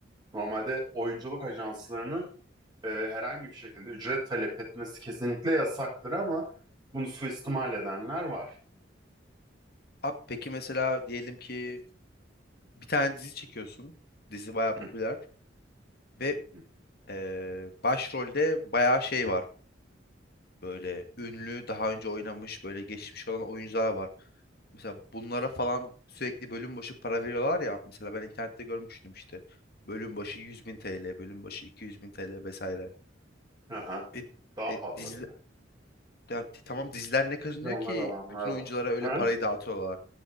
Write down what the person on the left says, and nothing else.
Abi peki mesela diyelim ki bir tane dizi çekiyorsun. Dizi bayağı
popüler ve
eee, başrolde bayağı şey var. Böyle ünlü, daha önce oynamış, böyle geçmiş olan oyuncular var. Mesela bunlara falan sürekli bölüm başı para veriyorlar ya. Mesela ben internette görmüştüm işte. Bölüm başı 100 bin TL, bölüm başı 200 bin TL vesaire.
E,
e,
dizi,
ya t- tamam diziler ne kazanıyor
ki
bütün
oyunculara öyle
parayı dağıtıyorlar?